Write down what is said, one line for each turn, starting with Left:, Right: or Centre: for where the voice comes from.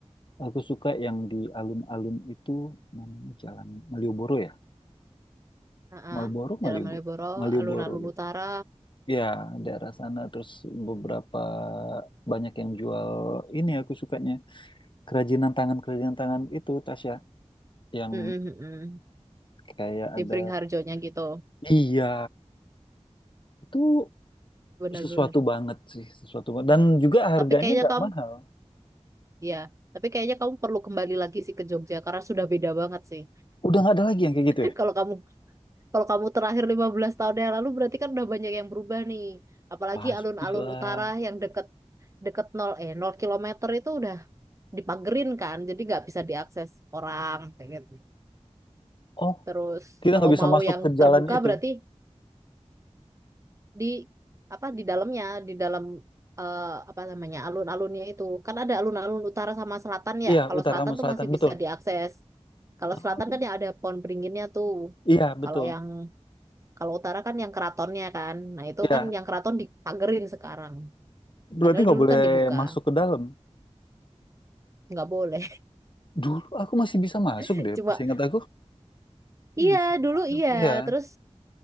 Left: aku suka yang di alun-alun itu namanya Jalan Malioboro ya?
Right: heeh.
Left: Malboro, Malioboro.
Right: Jalan Malioboro,
Left: Malioboro.
Right: alun-alun
Left: ya.
Right: utara.
Left: Ya, daerah sana terus beberapa banyak yang jual ini aku sukanya kerajinan tangan kerajinan tangan itu Tasya yang
Right: Mm-mm, mm-mm.
Left: kayak
Right: Di
Left: ada
Right: Beringharjonya gitu.
Left: iya itu
Right: Bener-bener.
Left: sesuatu banget sih sesuatu banget. dan juga harganya
Right: Tapi kayaknya
Left: nggak
Right: kamu,
Left: mahal
Right: ya. Tapi kayaknya kamu perlu kembali lagi sih ke Jogja karena sudah beda banget sih.
Left: udah nggak ada lagi yang kayak gitu
Right: <laughs>
Left: ya
Right: Kalau kamu kalau kamu terakhir 15 tahun yang lalu berarti kan udah banyak yang berubah nih. Apalagi
Left: pastilah
Right: alun-alun utara yang deket deket nol eh nol kilometer itu udah dipagerin kan, jadi nggak bisa diakses orang kayak gitu.
Left: oh
Right: Terus
Left: kita
Right: kalau
Left: nggak bisa
Right: mau
Left: masuk
Right: yang
Left: ke jalan
Right: terbuka
Left: itu
Right: berarti di apa di dalamnya, di dalam eh, apa namanya alun-alunnya itu. Kan ada alun-alun utara sama selatan
Left: iya
Right: ya. Kalau
Left: utara
Right: selatan
Left: sama
Right: tuh
Left: selatan
Right: masih
Left: betul
Right: bisa diakses. Kalau
Left: Ah,
Right: selatan kan yang ada pohon beringinnya tuh.
Left: iya betul
Right: Kalau yang kalau utara kan yang keratonnya kan. Nah, itu
Left: ya
Right: kan yang keraton dipagerin sekarang.
Left: berarti
Right: Padahal
Left: nggak
Right: dulu
Left: boleh
Right: kan dibuka,
Left: masuk ke dalam
Right: nggak boleh.
Left: dulu aku masih bisa masuk
Right: <laughs>
Left: deh
Right: Cuma
Left: seingat aku
Right: iya
Left: bisa
Right: dulu
Left: masuk
Right: iya,
Left: ya
Right: terus